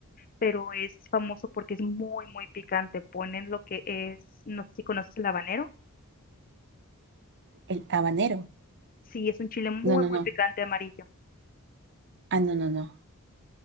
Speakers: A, on the left; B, on the right.
A: pero es famoso porque es muy, muy picante. Ponen lo que es, no sé si conoces el habanero.
B: El habanero.
A: Sí, es un chile muy,
B: No, no,
A: muy
B: no.
A: picante amarillo.
B: Ah, no, no, no.